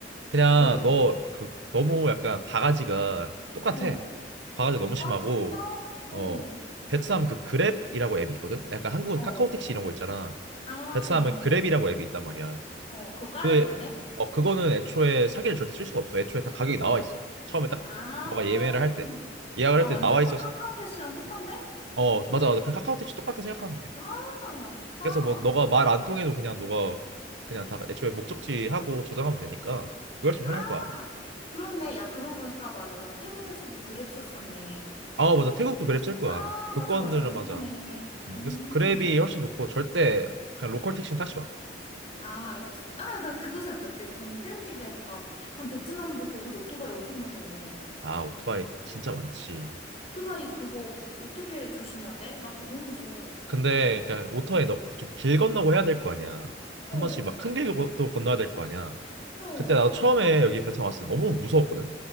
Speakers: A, on the right; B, on the left.
A: 그냥
B: 왜?
A: 너 그 너무 약간 바가지가 똑같아.
B: 어,
A: 바가지가 너무 심하고
B: 아, 진짜?
A: 어
B: 응,
A: 베트남 그 그랩이라고 앱이 있거든. 약간 한국은
B: 어,
A: 카카오택시 이런 거 있잖아.
B: 아,
A: 베트남은
B: 어.
A: 그랩이라고 앱이 있단 말이야.
B: 어, 그거 깔아야겠네?
A: 그 어 그거는 애초에 사기를 절대 칠 수가 없어. 애초에 다 가격이 나와 있어. 처음에 딱
B: 아,
A: 너가 예매를 할 때 예약을
B: 아,
A: 할
B: 완전
A: 때 나와
B: 딱
A: 있었어.
B: 카카오톡씨랑 똑같네?
A: 어 맞아 맞아. 그냥 카카오택시 똑같다 생각하면 돼.
B: 아, 좋다.
A: 그래서 뭐 너가 말 안 통해도 그냥 너가 그냥 다 애초에 목적지 하고 저장하면 되니까 그걸 좀
B: 아,
A: 편할 거야 아마.
B: 그렇네. 야, 그러고 보니까 맞아. 나 태국에서도 그랩 썼었네.
A: 아 맞아 태국도 그랩 쓸 거야
B: 아,
A: 아마 그건들은
B: 맞아, 맞아. 그거네.
A: 맞아 음,
B: 음.
A: 그래서 그랩이 훨씬 좋고 절대 그냥 로컬 택시는 타지
B: 아, 알겠어. 아, 나 그거 생각났다. 내가 방금 태국 얘기하니까. 그럼 베트남도 거기도 오토바이 엄청 많다며.
A: 마아 오토바이 진짜 많지
B: 오토바이 그거 어떻게 조심해야 돼? 나 그거 너무 무서워.
A: 근데 그냥 오토바이 너 좀 길 건너고 해야 될 거 아니야 한
B: 어, 어,
A: 번씩 막 큰 길도 건너야 될 거 아니야
B: 어
A: 그때 나도 처음에 여기 베트남 왔을 때 너무 무서웠거든